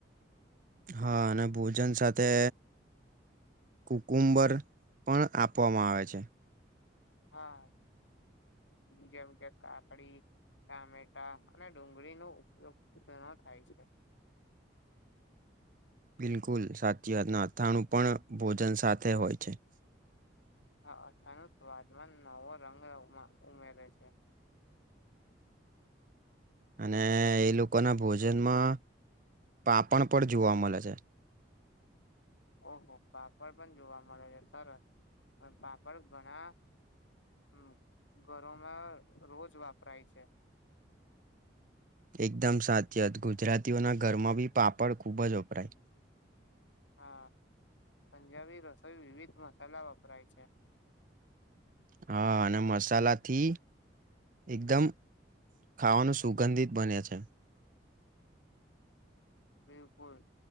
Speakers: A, on the right; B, on the left.
A: હા અને ભોજન સાથે કુકુંબર પણ આપવામાં આવે છે
B: હા જેમ કે કકડી ટામેટા અને ડુંગળી નો ઉપયોગનો ઘણો થાય છે
A: બિલકુલ સાચી વાત ના અથાણું પણ ભોજન સાથે હોય છે
B: હા અથાણું સ્વાદમા નવો રંગ ઉમેરે છે
A: અને એ લોકો ના ભોજનમાં પાપડ પણ જોવા મળે છે
B: ઓહો પાપડ પણ જોવા મળે છે સરસ પણ પાપડ ગણા હમ્મ ઘરોમાં રોજ વાપરાય છે
A: એકદમ સાચી વાત ગુજરાતીઓના ઘરમાં બી પાપડ ખુબ જ વપરાય
B: હા પંજાબી રસોઈ વિવિધ મસાલા વપરાય છે
A: હા અને મસાલા થી એકદમ ખાવાનું સુગંધિત બને છે
B: બિલકુલ